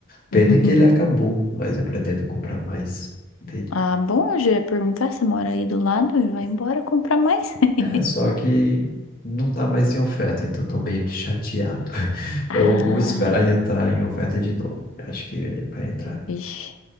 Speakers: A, on the left; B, on the left.
A: Pena
B: <laughs>
A: que ele acabou, mas eu pretendo comprar mais dele.
B: Ah, bom, eu já ia perguntar se mora aí do lado e vai embora comprar mais. <laughs>
A: É, é, só que não tá mais em oferta, então tô meio que chateado. <laughs>
B: Ah,
A: Eu vou esperar entrar em oferta de novo. Eu acho que vai entrar.
B: vixe.